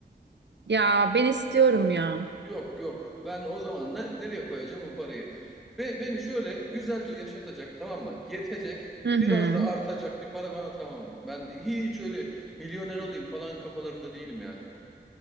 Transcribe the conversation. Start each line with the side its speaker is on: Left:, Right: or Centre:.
Right: Ya ben istiyorum ya.
Centre: Yok yok. Ben o zaman ne, nereye koyacağım o parayı? Ve beni şöyle güzelce yaşatacak tamam mı? Yetecek.
Right: Hı hı.
Centre: Biraz da artacak bir para bana tamam. Ben hiç öyle milyoner olayım falan kafalarında değilim yani.